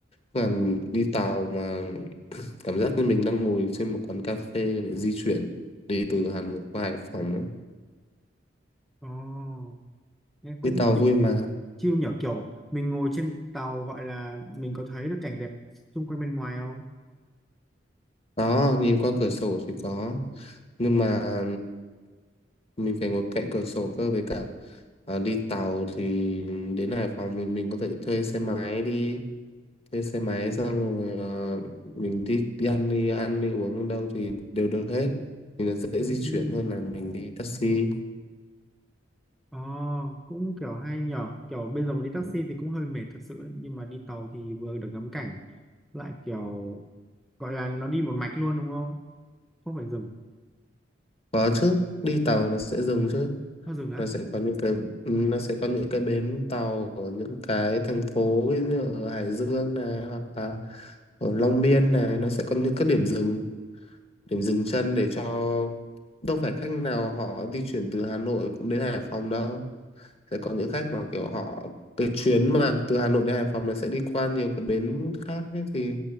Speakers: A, on the left; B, in the centre.
A: còn đi tàu mà <clears throat> cảm giác như mình đang ngồi trên một quán cà phê để di chuyển đi từ Hà Nội qua Hải Phòng ấy.
B: Ồ, nghe cũng
A: đi tàu
B: kiểu
A: vui mà
B: chill nhở kiểu mình ngồi trên tàu gọi là mình có thấy được cảnh đẹp xung quanh bên ngoài không
A: đó nhìn qua cửa sổ thì có nhưng mà mình phải ngồi cạnh cửa sổ cơ với cả à, đi tàu thì đến Hải Phòng thì mình có thể thuê xe máy đi thuê xe máy xong rồi ờ, mình đi đi ăn đi ăn đi uống ở đâu thì đều được hết thì nó dễ
B: Ừm.
A: di chuyển hơn là mình đi taxi
B: Ồ, cũng kiểu hay nhở kiểu bây giờ mình đi taxi
A: Ừ.
B: thì cũng hơi mệt thật sự ấy. nhưng mà đi tàu thì vừa được ngắm cảnh lại kiểu gọi là nó đi một mạch luôn đúng không không phải dừng
A: có chứ đi tàu nó sẽ dừng chứ
B: nó dừng á
A: nó sẽ có những cái ừ, nó sẽ có những cái bến tàu ở những cái thành phố ví dụ như ở Hải Dương này hoặc là ở Long Biên này nó sẽ có những cái điểm dừng điểm dừng chân để cho đâu phải khách nào họ di chuyển từ Hà Nội cũng đến Hải Phòng đâu sẽ có những khách mà kiểu họ cái chuyến mà từ Hà Nội đến Hải Phòng nó sẽ đi qua nhiều cái bến khác ấy, thì